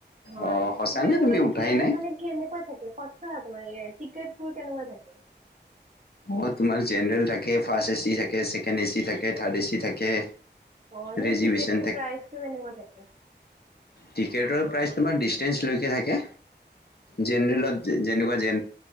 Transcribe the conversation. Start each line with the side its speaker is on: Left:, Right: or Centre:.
Right: হয়
Left: অঁ সঁচানে
Right: তোমাৰ এনেকুৱা
Left: তুমি উঠাই
Right: ট্ৰেইনত
Left: নাই
Right: মানে কি এনেকুৱা থাকে সচ তোমাৰ টিকটবোৰ কেনেকুৱা থাকে?
Left: অঁ তোমাৰ জেনেৰেল থাকে, ফাৰ্ষ্ট এ চি থাকে, ছেকেণ্ড এ চি থাকে, থাৰ্ড এ চি থাকে।
Right: অ' এনে
Left: ৰিজিভিশ্যন
Right: টিকেটৰ প্ৰাইচটো কেনেকুৱা থাকে?
Left: টিকটৰ প্ৰাইচ তোমাৰ ডিচেঞ্চলৈকে থাকে জেনেৰেলত যেনেুৱা